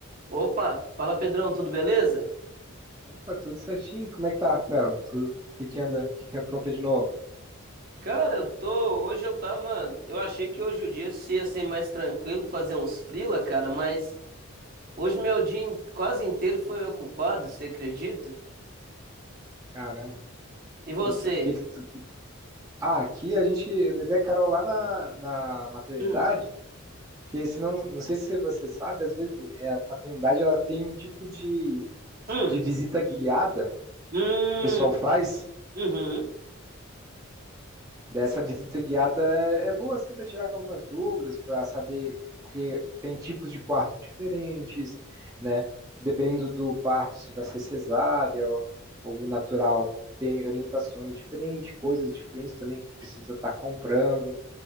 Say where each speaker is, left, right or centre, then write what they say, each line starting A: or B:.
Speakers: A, on the right (about 45°); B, on the right (about 15°).
A: Opa, fala Pedrão, tudo beleza?
B: Opa, tudo certinho? Como é que tá, Rafael? Tu- O que que anda? O que que apronta de novo?
A: Cara, eu tô, hoje eu tava, eu achei que hoje o dia ia ser mais tranquilo, fazer uns freela, cara, mas hoje meu dia in- quase inteiro foi ocupado, você acredita?
B: Caramba.
A: E você?
B: Que, que, que, que, tu- que- Ah, aqui a gente eu levei a Carol lá na, na maternidade,
A: Hum,
B: porque senão, não sei se você sabe, às vezes é, a maternidade ela tem um tipo de,
A: hum,
B: de visita guiada
A: hum,
B: que o pessoal faz,
A: uhum.
B: Dessa visita guiada é, é boa assim para tirar algumas dúvidas, para saber porque tem tipos de quarto diferentes, né? Dependendo do parto, se vai ser cesárea ou, ou natural, tem orientações diferentes, coisas diferentes também que precisa estar comprando.